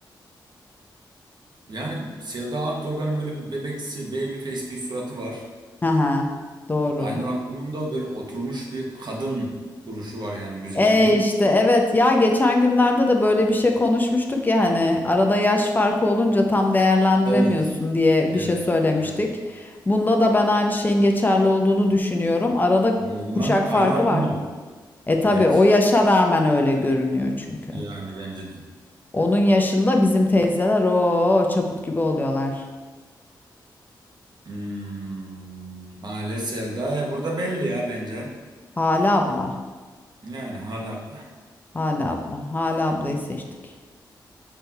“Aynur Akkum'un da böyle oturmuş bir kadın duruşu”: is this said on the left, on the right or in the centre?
Right